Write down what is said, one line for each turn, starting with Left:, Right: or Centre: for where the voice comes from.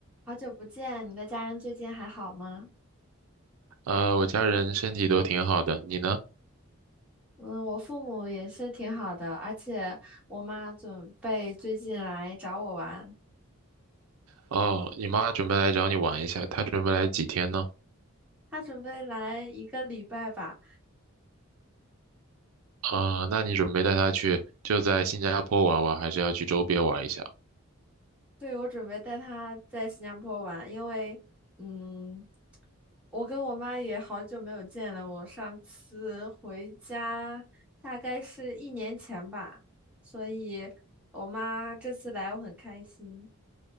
Centre: 好久不见，你的家人最近还好吗？
Right: 呃，我家人身体都挺好的，你呢？
Centre: 嗯，我父母也是挺好的，而且我妈准备最近来找我玩，
Right: 哦，你妈准备来找你玩一下，她准备来几天呢？
Centre: 她准备来一个礼拜吧。
Right: 啊、那你准备带她去就在新加坡玩玩，还是要去周边玩一下？
Centre: 对，我准备带她在新加坡玩，因为嗯，我跟我妈也好久没有见了，我上次回家大概是一年前吧，所以我妈这次来我很开心，